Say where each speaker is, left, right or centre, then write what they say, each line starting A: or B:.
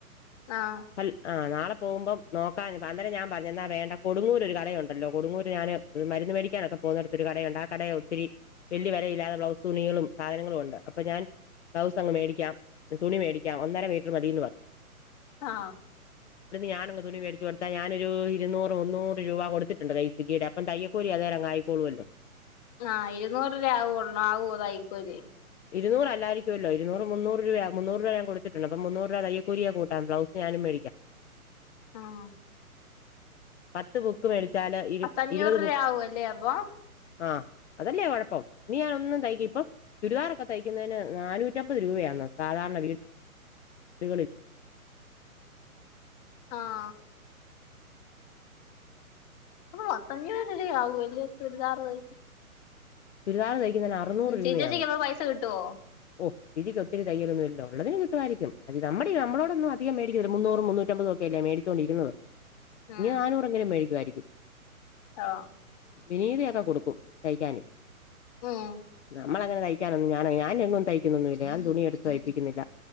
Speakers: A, on the left; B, on the left.
A: ആഹ്
B: അൽ ആ നാ പോകുമ്പം നോക്കാന് അന്നേരം ഞാൻ പറഞ്ഞ് എന്നാ വേണ്ട കൊടുങ്ങൂരു ഒരു കടയുണ്ടല്ലോ കൊടുങ്ങൂര് ഞാന് മരുന്ന് മേടിക്കാനൊക്കെ പോകുന്നിടത്തൊരു കടയുണ്ട് ആ കടയാ ഒത്തിരി വല്യ വിലയില്ലാതെ ബ്ലൗസ് തുണികളും സാധനങ്ങളും ഉണ്ട് അപ്പൊ ഞാൻ ബ്ലൗസ് അങ്ങ് മേടിക്കാം തുണി മേടിക്കാം ഒന്നര മീറ്റർ മതീന്ന് പറഞ്ഞു
A: ആ
B: ഞാനങ് തുണി മേടിച്ച് കൊടുത്താ ഞാനൊരു ഇരുന്നൂറ് മുന്നൂറ് രൂപ കൊടുത്തിട്ടുണ്ട് തൈപ്പിച്ച് ഇടാൻ അപ്പം തയ്യൽക്കൂലി അതെലങ്ങായി ക്കോളുമല്ലോ
A: ആാ ഇരുന്നൂറ് രൂവാ ആാവോ ഒള്ളോ ആവു തെയ്യാക്കൂലി
B: ഇര്ന്നൂറ് അല്ലാരിക്കുല്ലോ ഇരൂറ് മുന്നോറ് രൂപ ആവും മുന്നൂറ് രൂപ കൊടുത്തുട്ട്ണ്ട് അപ്പം മൂന്നറ് രൂപ തെയ്യാ കൂലി ആ കൂട്ടാം ബ്ലസിന് ഞാനും മേ
A: ആാ
B: പത്ത് ബുക്ക് മേടിച്ചാല് ഇരു
A: പത്തഞ്ഞൂറ്
B: ഇരുപത് ബുക്ക്
A: രൂപ ആവുവല്ലേ അപ്പൊ
B: ആാ അതോല്ലേ കൊഴപ്പം ഇനി ഞാൻ ഒന്നും തെയ്യ്ക്ക് ഇപ്പം ചുരിദാറൊക്കെ തെയ്യ്ക്കന്നൊന് നാണുറ്റാമ്പത് രൂപയാന്ന് ക സാധാരണ വീട് വീട്കളി
A: ആാ അപ്പോ പത്ത് അഞ്ചൂറ് രൂവാ ആവു അല്ലേ ഒര് ചുര്ദാർ തെ
B: ചുരിദാറ് തെയ്ക്ക്ന്നോന് ആറുന്നൂറ് രൂപയാണ്
A: ചേച്ചിക്ക് അപ്പൊ പൈസ കിട്ടുവോ
B: ഓ <unintelligible> ക്ക് ഒത്തിരി തയ്യൊല്ലോന്നു ഇല്ലാ ഒള്ളതിന് കിട്ടു ആരിക്കും അത് നമ്മടെ നമ്മളോടൊന്നും അധികം മോടിക്കാത്തിലമോടിക്കാത്തില്ലാ മുന്നൂറ് മുന്നൂറ്റമ്പാതൊക്കെല്ലേ മേടിച്ചൊണ്ടിരിന്നത്
A: ഉം
B: ഇനി നാണുറയെങ്കിലും മേടിക്കും അയിരിക്കും
A: ആഹ്
B: വിനീതിയാക്കെ കൊടുക്കും തെയ്ക്കാനോ
A: ഉം
B: നമ്മളെ അങ്ങന തെയ്യക്കാനൊന്നും ഞാന ഞാനെങ്ങും തെയ്ക്കോന്നില്ലാ ഞാൻ തുണി എട്ത്ത് തെയ്യ്പ്പിക്കിന്നില്ലാ